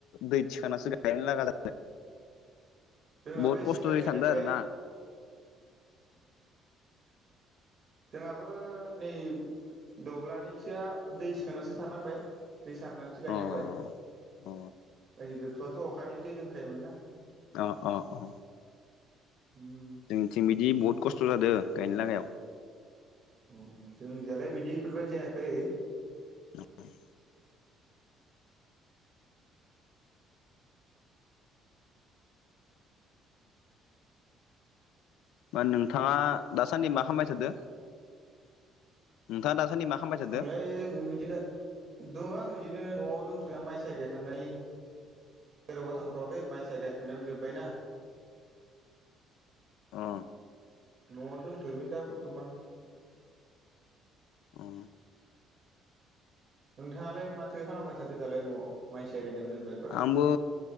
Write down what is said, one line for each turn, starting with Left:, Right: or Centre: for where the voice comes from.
Left: दै थिखांनासो गायनो लागा जा
Right: जोंनाबो
Left: बहुद
Right: एसे
Left: खस्थ'यै
Right: बाय गायनांबाय
Left: थानदों आरो ना
Right: जोंहाबो नै दब्लायनैसोआ दै सिखांनासो सारनांबाय दै सारनानैसो गायनांबाय
Left: अ
Right: बाखि
Left: अ
Right: गोथौआवथ' अखानिनो दै दंखायोमोन ना
Left: अ अ अ
Right: उम
Left: जोंथिं बिदि बहुत खस्थ' जादों गायनो लागायाव
Right: अ जोंनियालाय बिदि इफोरबायदि जायाखै
Left: <unintelligible> मा नोंथाङा दासान्दि मा खालामबायथादो नोंथाङा दासान्दि मा खालामबाय थादो
Right: आंलाय दोङो बिदिनो दङ आं बिदिनो न'आव दंथ'यो माइ साइ गायखांनायनि जेरावबो थांथ'वाखै माइ साय गाखांनायाबो जोबबायना
Left: ओ
Right: न'आवनो दंथ'योमोन दा बर्थ'मान
Left: अ
Right: नोंथाङालाय माथो खालामबाय थादो दालाय न'आव माइ साय गायनायाबो जोब्बाय
Left: आंबो